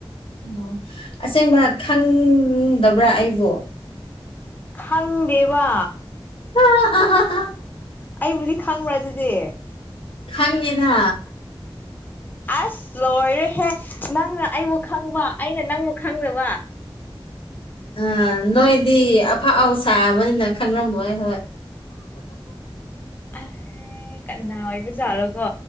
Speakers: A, on the left; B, on the left.
A: ꯑꯣ ꯑꯁꯦꯡꯕ ꯈꯪꯗꯕ꯭ꯔꯥ ꯑꯩꯕꯨ
B: ꯈꯪꯗꯦꯕ
A: ꯍꯍꯥꯍꯥꯍꯥ
B: ꯑꯩꯕꯨꯗꯤ ꯈꯪꯕ꯭ꯔꯥ ꯑꯗꯨꯗꯤ
A: ꯈꯪꯉꯦꯅ
B: ꯑꯁ ꯂꯣꯏꯔꯦꯍꯦ ꯅꯪꯅ ꯑꯩꯕꯨ ꯈꯪꯕ ꯑꯩꯅ ꯅꯪꯕꯨ ꯈꯪꯗꯕ
A: ꯑꯥ ꯅꯣꯏꯗꯤ ꯑꯐꯥꯎꯁꯥꯕꯅꯤꯅ ꯈꯪꯔꯝꯃꯣꯏ ꯑꯩꯈꯣꯏ
B: ꯑꯦ ꯀꯅꯥ ꯑꯣꯏꯕꯖꯥꯠꯂꯣ ꯀꯣ